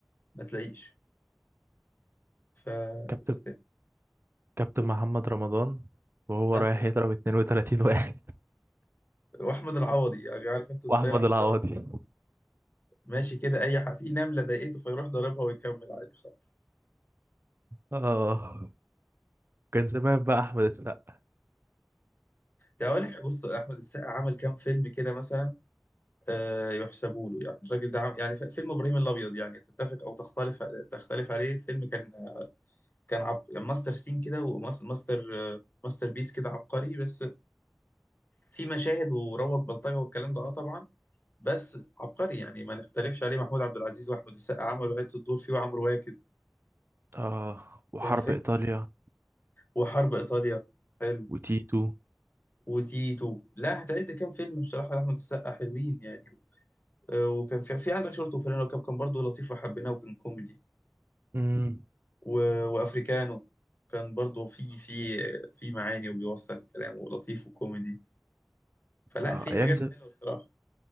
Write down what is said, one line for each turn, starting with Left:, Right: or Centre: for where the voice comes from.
Left: ما تلاقيش ف
Right: كابتن
Left: س-
Right: كابتن
Left: و-
Right: محمد رمضان وهو
Left: مثلا
Right: رايح يضرب 32 واحد
Left: واحمد العوضي يعني عارف انت ستايل
Right: <laughs> وأحمد
Left: احمد
Right: العوضي
Left: العوضي ماشي كده اي حق في نمله ضايقته فيروح ضاربها ويكمل عادي خالص
Right: آه كان زمان بقى أحمد السقا
Left: يعني اقول لك بص احمد السقا عمل كام فيلم كده مثلا آه يحسبوا له يعني الراجل ده عم... يعني ف- فيلم ابراهيم الابيض يعني تتفق او تختلف تختلف عليه الفيلم كان كان عب... يعني ماستر سين كده وماستر ماستر بيس كده عبقري بس في مشاهد وروض بلطجة والكلام ده اه طبعا بس عبقري يعني ما نختلفش عليه محمود عبد العزيز واحمد السقا عملوا عدة دور فيه وعمرو واكد
Right: آه وحرب
Left: كان فيلم
Right: إيطاليا
Left: وحرب ايطاليا حلو
Right: وتيتو
Left: وتيتو لا هتعد كام فيلم بصراحة لأحمد السقا حلوين يعني آه، وكان في في عندك شورت وفانلة وكاب كان برضه لطيف وحبيناه وكان كوميدي
Right: أمم،
Left: و... وافريكانو كان برضه في في في معاني وبيوصل الكلام ولطيف وكوميدي فلا
Right: آه
Left: في
Right: أيام
Left: حاجات حلوة بصراحة